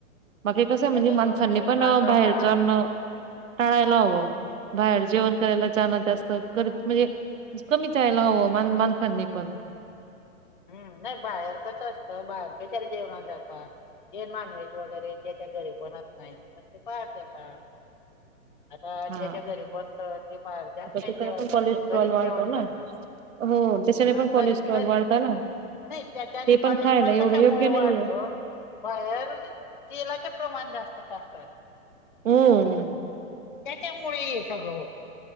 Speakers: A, on the right; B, on the left.
A: बाकी कसं आहे
B: त्याच्याजवळ
A: म्हणजे माणसांनी
B: तुम्ही
A: पण
B: कांदा
A: बाहेरचं
B: खा
A: अन्न टाळायला हवं.
B: हं.
A: बाहेर जेवण करायला जाण जास्त कर म्हणजे कमी जायला हवं मान माणसांनी पण.
B: हम्म, नाही बाहेर कसं असतं बाहेर कशाला जेवणाला जाता? हे नॉन व्हेज वगैरे ज्याच्या घरी बनत नाही तर ते बाहेर जातात. आता ज्याच्या
A: हा
B: घरी बनतं ते बाहेर जात
A: आता त्याच्याने
B: नाही जेवायला
A: पण कोलेस्ट्रॉल
B: ते घरीच
A: वाढतो
B: जेवण
A: ना
B: करणार.
A: हो त्याच्याने
B: हा
A: पण कॉलेस्ट्रॉल
B: घरी घरी
A: वाढतं ना?
B: नाही त्याच्याने
A: ते
B: कॉलेस्ट्रॉल
A: पण खायला एवढं
B: कशामुळे
A: योग्य नाहीये
B: वाढतो? बाहेर जे तेलाचे प्रमाण जास्त टाकतात.
A: हम्म!
B: त्याच्यामुळे हे सगळं होतं.